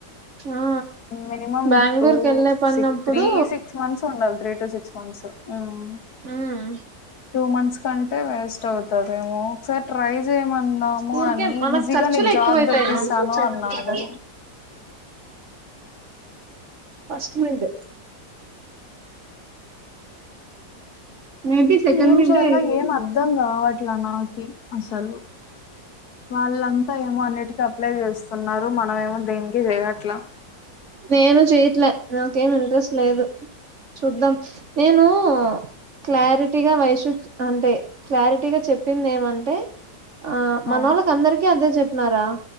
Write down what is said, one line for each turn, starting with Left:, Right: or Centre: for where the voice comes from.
Right: ఆ
Left: మినిమం
Right: బెంగళూరుకి
Left: టూ
Right: వెళ్ళే పన్నప్పుడు
Left: సి త్రీ సిక్స్ మంత్స్ ఉండాలి త్రీ అంటే సిక్స్ మంత్స్ మ్మ్
Right: మ్మ్
Left: టూ మంత్స్ కంటే వేస్ట్ అవతదేమో ఒకసారి ట్రై జేయమందాము
Right: ఊరికే
Left: అని
Right: మనకు
Left: ఈజీగా
Right: ఖర్చులు
Left: నీకు
Right: ఎక్కువైతాయి
Left: జాబ్ తెప్పిస్తాను
Right: మనకు వచ్చేదానికన్నా
Left: అన్నాడు
Right: ఫస్ట్ మిడ్ మేబి సెకండ్
Left: ఏం
Right: మిడ్
Left: చేయలో
Right: అయి
Left: ఏం అర్థం కావట్లా నాకి అసలు వాళ్ళంతా ఏమో అన్నిటికీ అప్లై చేస్తున్నారు రు మనమేమో దేనికి చేయట్లా
Right: నేను చేయట్లే నాకేమి ఇంట్రెస్ట్ లేదు చూద్దాం నేను క్లారిటీగా వైషు అంటే క్లారిటీగా చెప్పింది ఏమంటే ఆ మనోళ్ళకి
Left: అవు
Right: అందరికీ అదే చెప్ న్నారా